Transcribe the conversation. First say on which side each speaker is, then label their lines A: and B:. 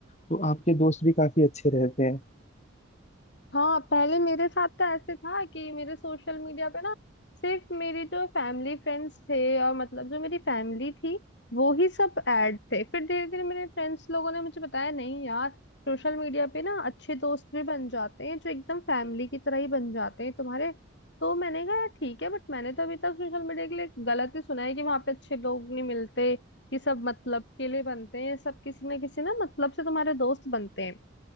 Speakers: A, on the left (about 35°); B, on the left (about 55°).
A: तो आपके दोस्त भी काफी अच्छे रहते हैं
B: हाँ पहले मेरे साथ तो ऐसे था कि मेरे सोशल मीडिया पे ना सिर्फ मेरी जो फैमिली फ्रेंड्स थे और मतलब जो मेरी फैमिली थी वो ही सब ऐड थे फिर धीरे धीरे मेरे फ्रेंड्स लोगों ने मुझे बताया नहीं यार सोशल मीडिया पे ना अच्छे दोस्त भी बन जाते हैं जो एकदम फैमिली की तरह ही बन जाते हैं तुम्हारे तो मैंने कहा "यार, ठीक है बट मैंने तो अभी तक सोशल मीडिया के लिए गलत ही सुना है कि वहां पे अच्छे लोग नहीं मिलते कि सब मतलब के लिए बनते हैं सब किसी ना किसी ना मतलब से तुम्हारे दोस्त बनते हैं